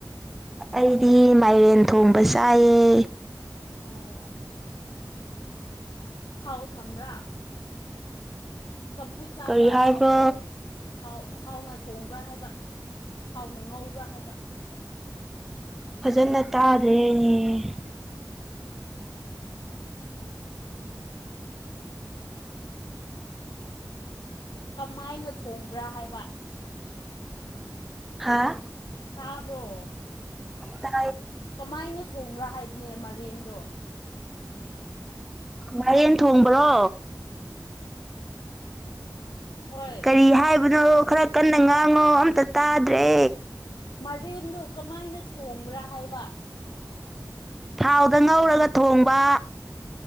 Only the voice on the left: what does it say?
ꯑꯣ ꯊꯥꯎ ꯊꯝꯕ꯭ꯔꯥ ꯆꯝꯐꯨꯠ ꯆꯥꯕ꯭ꯔꯥ
ꯑꯣꯔꯥꯎ ꯊꯥꯎꯅ ꯊꯣꯡꯕ꯭ꯔꯥ ꯍꯥꯏꯕ ꯊꯥꯎꯅ ꯉꯥꯎꯕ꯭ꯔꯥ ꯍꯥꯏꯕ
ꯀꯃꯥꯏꯅ ꯊꯣꯡꯕ꯭ꯔꯥ ꯍꯥꯏꯕ
ꯇꯥꯕ꯭ꯔꯣ
ꯀꯃꯥꯏꯅ ꯊꯣꯡꯕ꯭ꯔꯥ ꯍꯥꯏ ꯅꯦ ꯃꯔꯤꯗꯣ
ꯍꯣꯏ
ꯃꯔꯤꯟꯗꯣ ꯀꯃꯥꯏꯅ ꯊꯣꯡꯕ꯭ꯔꯥ ꯍꯥꯏꯕ